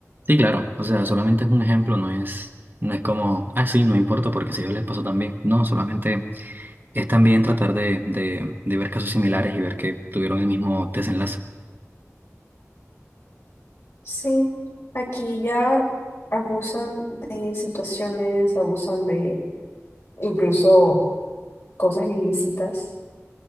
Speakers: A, on the right (about 40°); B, on the left (about 55°).
A: Sí, claro, o sea, solamente es un ejemplo, no es, no es como, ah, sí, no importa porque si a ellos les pasó también. No, solamente es también tratar de, de, de ver casos similares y ver que tuvieron el mismo desenlace.
B: Sí, aquí ya abusan de situaciones, abusan de incluso cosas ilícitas